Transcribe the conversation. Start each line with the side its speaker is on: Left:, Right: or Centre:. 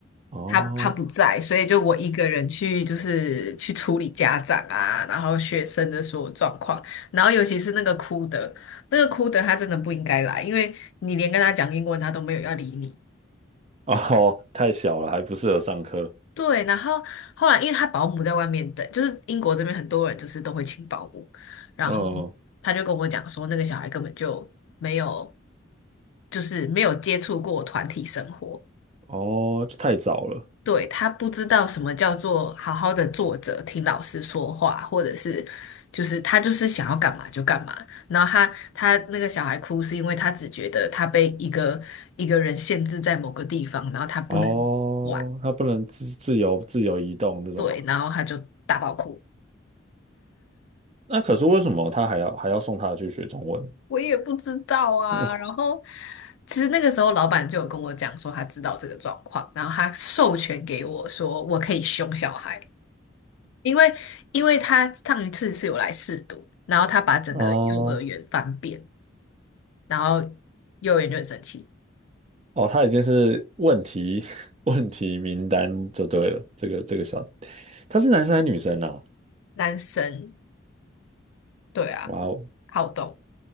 Right: 哦
Left: 他他不在，所以就我一个人去就是去处理家长啊，然后学生的所有状况，然后尤其是那个哭的，那个哭的他真的不应该来，因为你连跟他讲英文他都没有要理你。
Right: <laughs> 哦，太小了，还不适合上课。
Left: 对，然后后来因为他保姆在外面等，就是英国这边很多人就是都会请保姆，然后
Right: 嗯，
Left: 他就跟我讲说，那个小孩根本就没有，就是没有接触过团体生活，
Right: 哦，这太早了。
Left: 对，他不知道什么叫做好好的坐着听老师说话，或者是就是他就是想要干嘛就干嘛，然后他他那个小孩哭是因为他只觉得他被一个一个人限制在某个地方，然后他不能玩，
Right: 哦，他不能自自由自由移动这种。
Left: 对，然后他就大爆哭。
Right: 那可是为什么他还要还要送他去学中文？
Left: 我也不知道啊。
Right: <laughs>
Left: 然后，其实那个时候老板就有跟我讲说他知道这个状况，然后他授权给我说我可以凶小孩，因为因为他上一次是有来试读，然后他把整个幼儿园翻遍，
Right: 哦
Left: 然后幼儿园就很生气，
Right: 哦，他已经是问题 <laughs> 问题名单就对了。这个这个小子他是男生还是女生啊？
Left: 男生对啊，
Right: 哇哦，
Left: 好动，